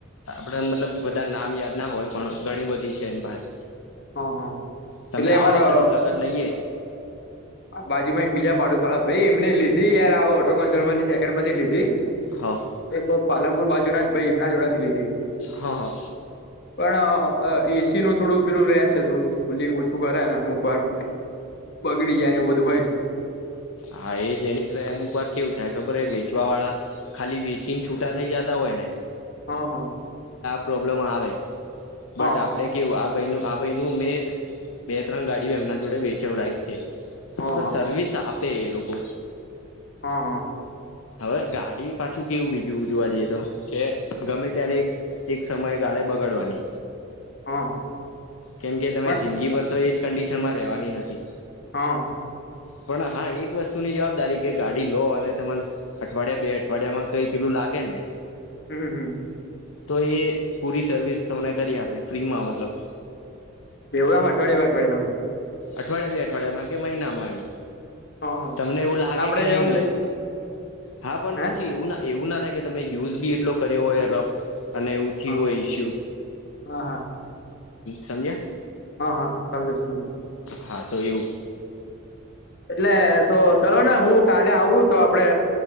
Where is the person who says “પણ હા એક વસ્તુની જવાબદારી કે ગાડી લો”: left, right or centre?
Left